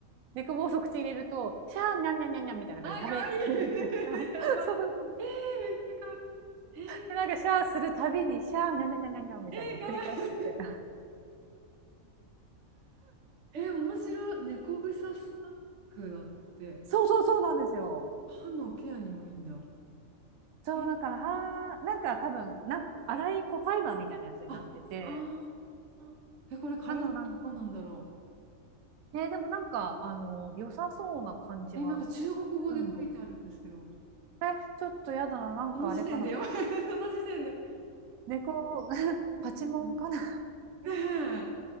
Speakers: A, on the right; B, on the right.
A: 猫棒を即口入れると、シャー、にゃんにゃんにゃんニャンみたいな感じで食べ
B: あ、かわい
A: <laughs>、るんですよそうそう
B: い。<laughs> やばい。えー、めっちゃかわいい。え
A: で、なんかシャーするたびに、シャー、にゃんにゃんにゃんにゃんみたいなのを繰り返してて、
B: ー、えー、かわいい。えー、面白い。猫草スナックだって。
A: そうそうそうなんですよ。
B: 歯のケアにもいいんだ。
A: そう、
B: えー、
A: だから、はー、なんか多分な、粗いこうファイバーみたいなやつになってて、
B: あ、あー。え、これ体にどうなんだろ
A: あの、なんか、ね、でもなんか、あの、良さそうな感じはするんですよね
B: う。え、なんか中国語で書いてあるんですけど。
A: え、ちょっとやだな、なんかあれかな。
B: その時点でやばい。
A: パ
B: <laughs> その時点で。
A: 猫、<laughs> パチモンかな。
B: うんね